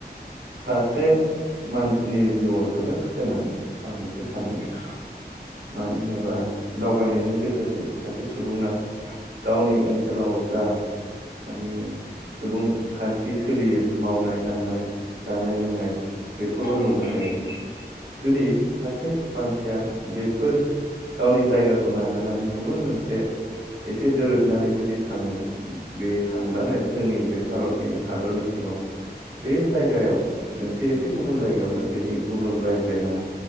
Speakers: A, on the right; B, on the left.
A: सासे मानसिनि जिउआव जोबोद गोनां आं बेखौ सानो नंगौ मानो होनोबा दावबायनायनि गेजेरजों सासे सुबुङा गावनि ओनसोलाव जा माने सुबुं खान्थि सोलियो मावनाय दांनाय जानाय लोंनाय बेखौल
B: औ
A: नुनो
B: नंगौ नोंथां
A: हायो जुदि सासे मानसिया बेफोर गावनि जायगाखौ नागारनानै गुबुन मोनसे एसे दोरोदनानै जुदि थाङो बे थांब्लानो जोंनि बे भारतनि हादरनि सिङाव बे जायगायाव मोनसे एसे गुबुन जायगायावनो बेनि गुबुन रायज्लायनाय